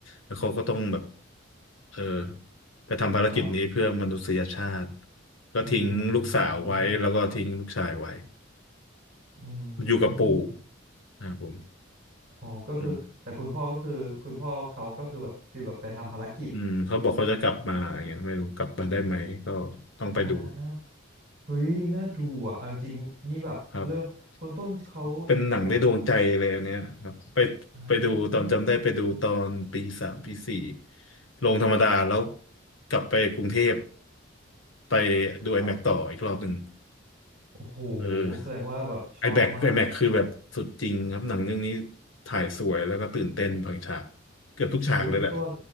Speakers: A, on the left (about 75°); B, on the right (about 40°).
A: แล้วเขาก็ต้องแบบเออไปทำภารกิจนี้เพื่อมนุษยชาติ
B: ครับ
A: ก็ทิ้งลูกสาวไว้แล้วก็ทิ้งลูกชายไว้
B: อือหืออื
A: อยู่กับปู่
B: ม
A: นะครับผม
B: อ๋อก็คือแต่คุณพ่อก็คือคุณพ่อเขาก็คือแบบฟีลแบบไปทำภารกิจ
A: อืมอืมเขาบอกเขาจะกลับมาอย่างเงี้ยไม่รู้กลับมาได้ไหมก็ต้องไปดู
B: อ่าเฮ้ยน่าดูอ่ะเอาจริงๆนี่แบบเริ่มคุณต้นเขาเอ่อ
A: ครับเป็นหนังในดวงใจเลยอันเนี้ยครับไปไปดูตอนจำได้ไปดูตอนปีสามปีสี่
B: อ่า
A: ลงธรรมดาแล้วกลับไปกรุงเทพไป
B: ครับ
A: ดู IMAX ต่ออีกรอบหนึ่ง
B: โอ้โห
A: เออ
B: แสดงว่าแบบชอบมาก
A: IMAX IMAX คือแบบสุดจริงครับหนังเรื่องนี้ถ่ายสวยแล้วก็ตื่นเต้นบางฉากเกือบทุกฉากเลยแหละ
B: คุยคุณต้น